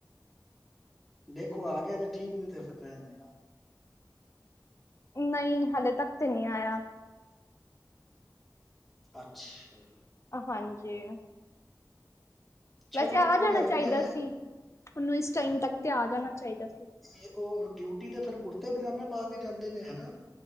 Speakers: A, in the centre; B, on the left.
A: ਦੇਖੋ ਆ ਗਿਆ ਤੇ ਠੀਕ ਨੀ ਤੇ ਫਿਰ ਰਹਿਣ ਦੇਣਾ
B: ਨਹੀਂ ਹਲੇੇ ਤੱਕ ਤੇ ਨਹੀਂ ਆਇਆ।
A: ਅੱਛਾ
B: ਹਾਂਜੀ
A: ਚਲੋ
B: ਵੈਸੇ ਆ
A: ਕੋਈ
B: ਜਾਣਾ ਚਾਹੀਦਾ
A: ਆਈਡੀਆ ਹੈ
B: ਸੀ ਉਹਨੂੰ ਇਸ ਟਾਈਮ ਤੱਕ ਤੇ ਆ ਜਾਣਾ ਚਾਹੀਦਾ ਸੀ।
A: ਫਿਰ ਉਹ ਡਿਊਟੀ ਤੇ ਫਿਰ ਕੁੜਤੇ ਪਜਾਮੇ ਪਾ ਕੇ ਜਾਂਦੇ ਨੇ ਹਨਾ